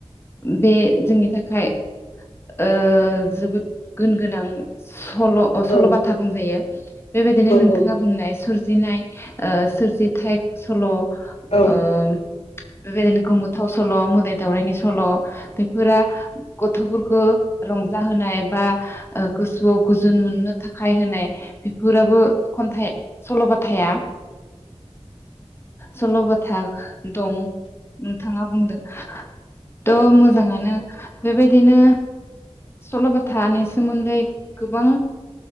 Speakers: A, on the left (about 20°); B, on the left (about 60°).
A: बे जोंनि थाखाय ओ जोबोद गुन गोनां। सल'
B: औ
A: सल' बाथा बुंजायो। <unintelligible> बेबायदिनो
B: औ
A: नोंथाङा बुंनाय सोरजि सोरजिनाय सोरजिथायाइ सल'। ओ
B: औ
A: बेबायदिनो गोमोथाव सल' मोदाय दावराइनि सल' बेफोरा गथ'फोरखौ रंजाहोनाय बा गोसोआव गोजोन मोननो थाखाय होनाय बेफोराबो खन्थाइ सल'बाथाया सल'बाथा दं नोंथाङा बुंदों त मोजाङानो। बेबायदिनो सल'बाथानि सोमोन्दै गोबां